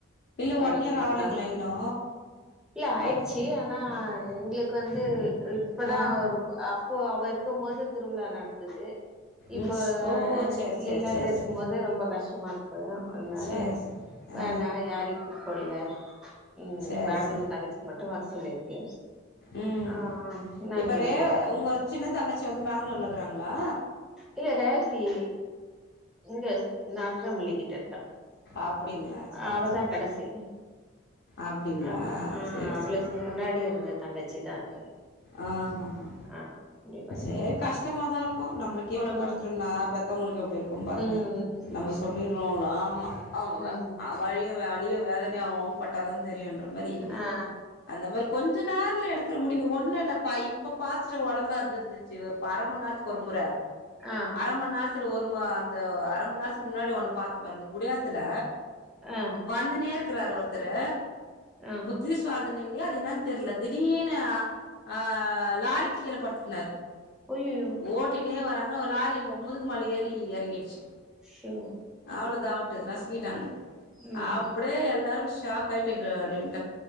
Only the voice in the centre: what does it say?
யாரையு
கூப்படா
இல்ல ஆயிடுச்சு ஆனா எங்களுக்கு வந்து இப்பதா
ரொம்ப அப்போ அவ இருக்கு போது திருவிழா நடந்தது இப்போ
எனக்கு
இல்லாத
இருக்கு
போது ரொம்ப கஷ்டமா இருக்கு அதனால
வேணா யாரையு கூப்பில்ல ம்
பேங்களூர்
தங்கச்சிக்கு மட்டு வர சொல்லி இருக்கு
ஆ ஆ இந்தாங்க
<unintelligible>
இல்ல ரேவத்தி இங்க நாத்தரமல்லிக்கிட்ட இருக்கா
அவதா
கடைசி
ஆ ஆ
அவளுக்கு
முன்னாடி இருந்த தங்கச்சி தா அது
ஆ அப்டி பண்ணி
ம்
ம்
ம்
ம்
ஆ
ஆ
ஆ
ஆ
அய்யையோ
ச்சோ
ம்